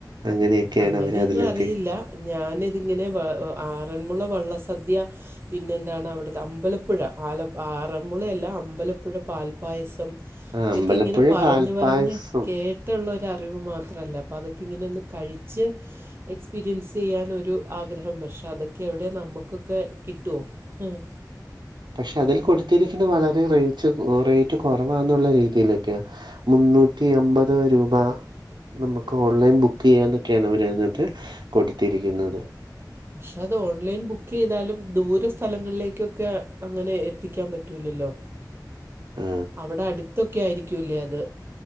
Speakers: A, on the right (about 85°); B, on the right (about 30°).
A: അങ്ങനെയൊക്കെയാണ്
B: അങ്ങനെയൊന്നും
A: അവര് അതിലെത്തി
B: അറിയില്ലാ ഞാനിതിങ്ങനെ വ ആഹ് ആറന്മുള വള്ളസദ്യാ പിന്നെ എന്താണ് അവിടത്തെ അമ്പലപ്പുഴ ആല ആറന്മുളയല്ല അമ്പലപ്പുഴ പാൽപ്പായസം
A: ആ
B: ഇതൊക്കെ
A: അമ്പലപ്പുഴ
B: ഇങ്ങനെ പറഞ്ഞ്
A: പാൽപ്പായസം
B: പറഞ്ഞ് കേട്ട്ള്ള ഒ അറിവ് മാത്രല്ലേ അപ്പോ അതൊക്കെ ഇങ്ങനെ ഒന്ന് കഴിച്ച് എക്സ്പീരിയൻസ് ചെയ്യാന് ഒരു ആഗ്രഹം പക്ഷേ അതൊക്കെ എവിടെ നമുക്കൊക്കെ കിട്ടുവോ ആഹ്
A: പക്ഷെ അതില് കൊടുത്തിരിക്കുന്നെ വളരെ റേയിച്ച് റേയിറ്റ് കൊറവാന്നുള്ള രീതിയിലൊക്കെയാ മുന്നൂറ്റി അമ്പത് രൂപാ നമുക്ക് ഓൺലൈൻ ബുക്ക് ചെയ്യാന്നൊക്കെയാണ് അവരതിനാത്ത് കൊടുത്തിരിക്കുന്നത്
B: പക്ഷെ അത് ഓൺലൈൻ ബുക്ക് ചെയ്താലും ദൂരെ സ്ഥലങ്ങളിലേക്കൊക്കെ അങ്ങനെ എത്തിക്കാൻ പറ്റൂലല്ലോ
A: ആ
B: അവിടെ അടുത്തൊക്കെ ആയിരിക്കൂല്ലേ അത്